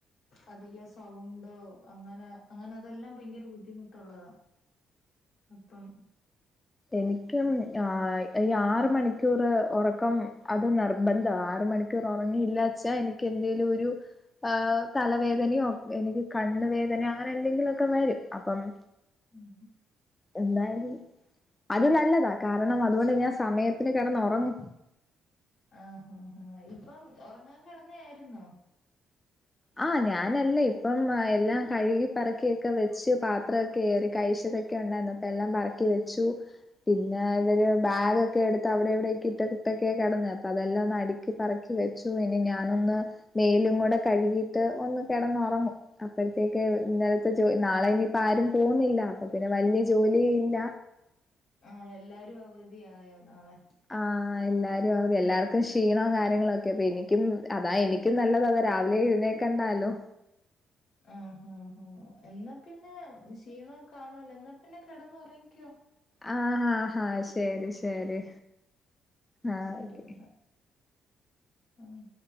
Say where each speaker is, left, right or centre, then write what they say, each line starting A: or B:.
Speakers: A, on the left; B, on the left.
A: അധികം സൗണ്ടോ അങ്ങനെ അങ്ങനെ ഇതെല്ലാം ഭയങ്കര ബുദ്ധിമുട്ടുള്ളതാ അപ്പം
B: എനിക്കും ആഹ് ഈ ആറ് മണിക്കൂർ ഒറക്കം അത് നിർബന്ധംവാ ആറ് മണിക്കൂർ- ഉറങ്ങിയില്ലാവെച്ചാ എനിക്ക് എന്തേലും ഒരു- ആഹ് തലവേദനയോ എനിക്ക് കണ്ണ് വേദനയോ അങ്ങനെ എന്തെങ്കിലുംക്കെ വരും അപ്പം-
A: ഉം
B: എന്തായാലും- അത് നല്ലതാ കാരണം അതുകൊണ്ട് ഞാൻ സമയത്തിന് കിടന്നുറങ്ങും
A: ആഹ് ആഹ് ആഹ് ഇപ്പം ഉറങ്ങാൻ കിടന്ന ആായിരുന്നോ
B: ആഹ് ഞാനല്ലേ ഇപ്പം എല്ലാം കഴുകി പറക്കിയൊക്കെ വെച്ച് പാത്ര കേറി കഴിച്ചതൊക്കെ ഉണ്ടായിന്നപ്പോ എല്ലാം പറക്കി വെച്ചു പിന്നെ ഇവര് ബാഗ് ഒക്കെ എടുത്ത് അവിടെ എവിടെക്കെ ഇട്ടക്കിട്ടൊക്കെ കിടന്നു അപ്പൊ അതെല്ലാം ഒന്ന് അടിക്കി പറക്കി വെച്ചു ഇനി ഞാനൊന്ന് മേലും കൂടെ കഴുകിട്ട് ഒന്ന് കിടന്നുറങ്ങും അപ്പഴത്തേക്ക ഇന്നലത്തെ ജോ നാളെ ഇനിയിപ്പ ആരും പോകുന്നില്ല അപ്പൊ പിന്നെ വലിയ ജോലിയ ഇല്ല
A: ആഹ് എല്ലാരും അവധിയായോ നാളെ
B: ആഹ് എല്ലാരും അവധി എല്ലാർക്കും ക്ഷീണവും കാര്യങ്ങളൊക്കെ അപ്പൊ എനിക്കും അതാ എനിക്ക് ക്കും നല്ലതതാ രാവിലെ എഴുന്നേക്കെണ്ടാലോ
A: ആഹ് ആഹ് ആഹ് എല്ലാം പിന്നെ ക്ഷീണംഒക്കെ കാണുവല്ലോ എന്നാ പിന്നെ കിടന്നു ഉറങ്ങിക്കോ
B: ആഹ് ആഹ് ആഹ് ശരി ശരി ആഹ്
A: ശരി
B: ഓക്കെ
A: എന്നാ ആഹ്